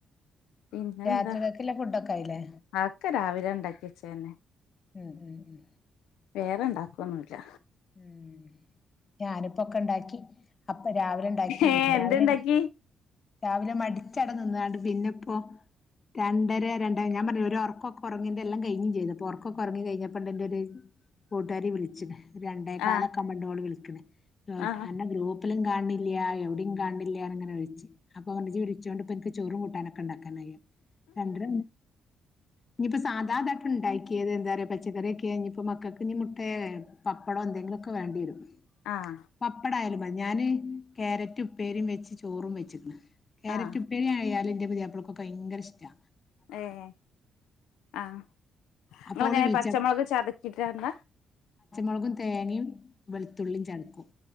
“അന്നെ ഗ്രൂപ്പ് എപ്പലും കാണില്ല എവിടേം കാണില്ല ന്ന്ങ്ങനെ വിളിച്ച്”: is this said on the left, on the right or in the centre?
Left